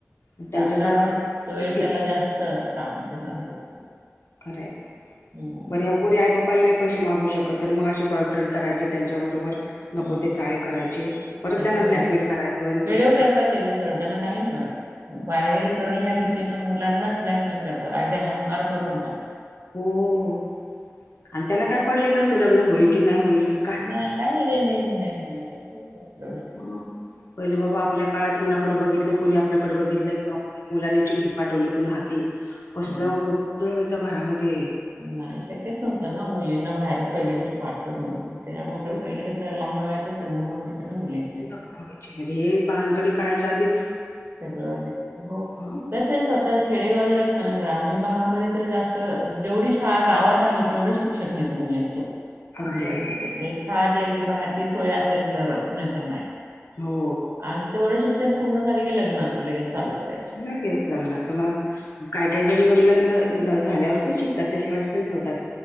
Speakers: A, on the left; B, on the right.
A: त्यांच्यासारखं
B: चांगला राहतोय
A: ठीक
B: त्याला जास्त ताप देणारे लोक आहेत.
A: खरंय.
B: हम्म
A: बरं, ह्या पोरी आई-बापाला नाही... पैसे मागू शकत नाहीत, तर मग असे बॉयफ्रेंड करायचे, त्यांच्याबरोबर... नको
B: हम्म
A: ते चाळे करायचे, परत
B: त्याचे
A: त्यांना
B: व्हिडिओ
A: ब्लॅकमेल करायचं आणि
B: व्हिडिओ
A: पैसे काढायचे.
B: करतात त्याचे सरळ त्यांना काही नाही वाटत. व्हायरल
A: काही होणार
B: करू या भीतीने मुलांनाच ब्लॅकमेल करतात, आणि ते हाणामारी करून झालं.
A: हो, आणि त्यांना काय पडलेलं नसतं लग्न होईल की नाही होईल ते.
B: त्यांना कशाचंही घेणं-देणं नाही, कसल्याच गोष्टीचं टेन्शन नाही.
A: हं. पहिले बाबा आपल्या काळात, कुणाकडे बघितलं, कुणी आपल्याकडे बघितलं की मुलांनी चिठ्ठी पाठवली कोना हाती, कसलं
B: नाही
A: धुरळा व्हायचा घरामध्ये,
B: नाही शक्यच नव्हतं ना, मुलींना बाहेरच पहिली गोष्ट पाठवत नव्हती, त्याच्यामुळे
A: हो
B: तर पहिले कस लहान वयातच लग्न पण व्हायचे ना मुलींचे अशे
A: लग्न व्हायची म्हणजे हे बानगडी कळायच्या आधीच
B: सगळं जीत हो
A: हा
B: कसय स्वतः खेडेगाव जरी असल्या ना, ग्रामीण भागामध्ये तर जास्त, जेवढी शाळा गावात आहे तेवढंच शिक शिक्षण व्हायचं मुलींचं. शंभर
A: अगदी अगदी
B: टक्के, एखादी अगदी बाहेर ती सोय असेल तरच, नाही तरच नाही.
A: हो.
B: आणि तेवढं शिक्षण पूर्ण झाले, की लग्नाच लगेच चालु करायं.
A: लगेच लग्नाचं मग काय काय जणी मग लग्न झाल्यावर पण शिकतात, तशी अट पण ठेवतात.